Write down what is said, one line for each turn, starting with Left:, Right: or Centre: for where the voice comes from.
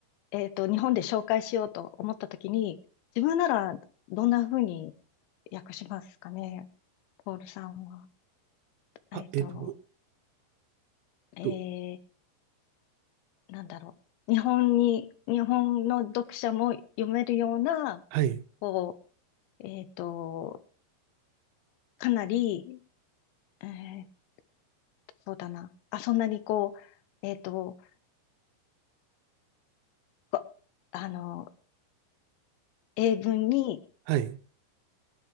Left: えっと、日本で紹介しようと思ったときに、自分ならどんなふうに訳しますかね、ポールさんは。
Right: あ、
Left: えっと、
Right: えっと、
Left: え
Right: と、
Left: ー、なんだろう。日本に、日本の読者も読めるような、
Right: はい、
Left: こう、えっと、かなり、えーと、そうだな。あ、そんなにこう、えっと、こあの、英文に
Right: はい、